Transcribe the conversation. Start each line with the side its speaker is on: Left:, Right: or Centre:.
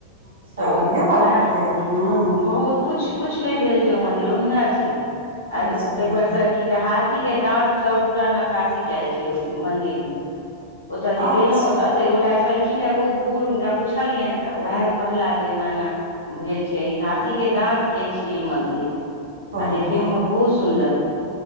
Right: अच्छा
Left: तऽ ओ
Right: बढ़ियां बात
Left: वएह
Right: बतेलौउ हं।
Left: बहुत कुछ कुछ नइ भेल छैय ओ मंदिर ओहिना छैय आ
Right: अच्छा
Left: तै परस। की हाथी के दात सब पूरा नकासी कैल छैय ओइ मंदिर मे। ओतऽ जे
Right: अच्छा
Left: गेलहुॅं ओतऽ तऽ ए गोटा छलखिन हे बहुत बूढ़ हुनका पुछलियनि तऽ उएह। कहला जे एना एना भेल छैय ई हाथी के दाँत के छियै ई मन्दिर। आ
Right: हँ
Left: देखैोयो
Right: हँ
Left: मे बहुत सुन्दर।